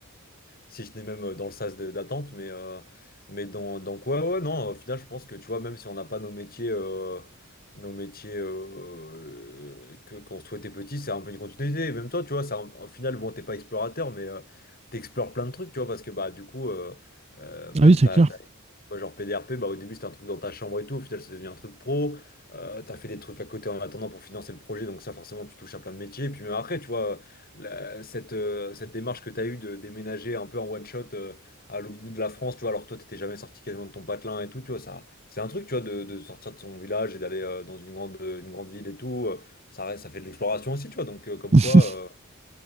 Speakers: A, on the left; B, on the right.
A: si je j'étais même euh, dans le sas de- d'attente, mais, euh, mais dans, dans quoi, ouais, non, au final, je pense que tu vois, même si on n'a pas nos métiers, euh, nos métiers euh, que, qu'on souhaitait petit, c'est un peu une continuité. Et même toi, tu vois, c'est un- au final, bon, t'es pas explorateur, mais euh, t'explores plein de trucs, tu vois, parce que bah, du coup, euh, euh, même
B: Ah oui, c'est
A: t'as,
B: clair.
A: Ouais, genre PDRP, bah, au début c'était un truc dans ta chambre et tout, au final c'est devenu un truc pro. Euh, t'as fait des trucs à côté en attendant pour financer le projet, donc ça forcément tu touches à plein de métiers. Puis même après, tu vois, la- cette, euh, cette démarche que t'as eue de déménager un peu en one shot euh, à l'autre bout de la France, tu vois, alors que toi t'étais jamais sorti quasiment de ton patelin et tout, tu vois, ça, c'est un truc, tu vois, de, de sortir de son village et d'aller euh, dans une grande, une grande ville et tout. euh, ça, reste- ça fait de l'exploration aussi, tu vois, donc euh, comme
B: <laughs>
A: quoi. euh,